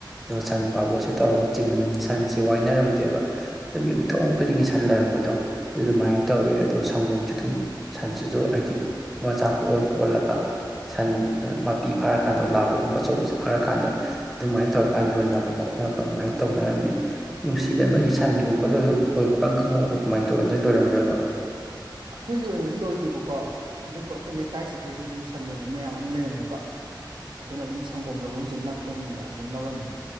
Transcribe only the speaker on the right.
<inaudible> ꯑꯈꯣꯏꯒꯤ ꯑꯣꯏꯅꯗꯤ ꯂꯣꯏꯗꯦꯕꯀꯣ ꯑꯗꯨꯕꯨ ꯑꯩꯈꯣꯏ ꯂꯩꯀꯥꯏꯁꯤꯗꯗꯤ ꯑꯗꯨꯝ ꯁꯟꯂꯣꯏꯕ ꯃꯌꯥꯝ ꯑꯃ ꯂꯩꯔꯝꯃꯦꯕꯥ ꯑꯗꯨꯅ ꯑꯗꯨꯝ ꯁꯪꯒꯣꯝ ꯂꯧꯕꯝꯖꯦ ꯅꯛꯄꯅꯤꯅꯦ ꯑꯗꯨꯝ ꯂꯧꯔꯝꯃꯤ